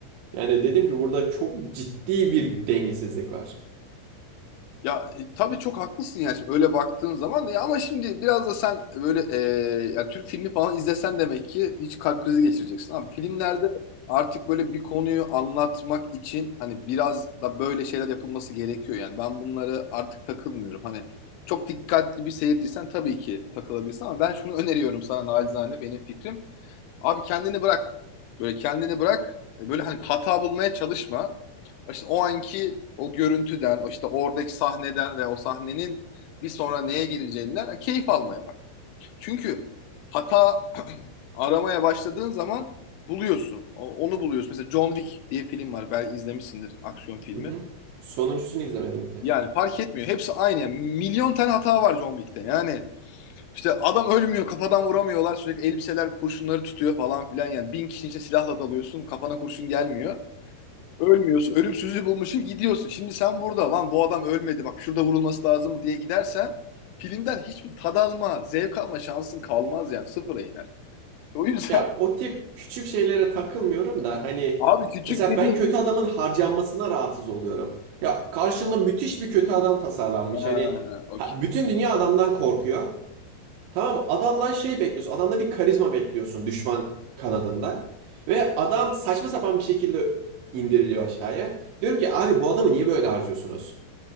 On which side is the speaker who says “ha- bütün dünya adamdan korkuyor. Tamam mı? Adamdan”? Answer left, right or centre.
Right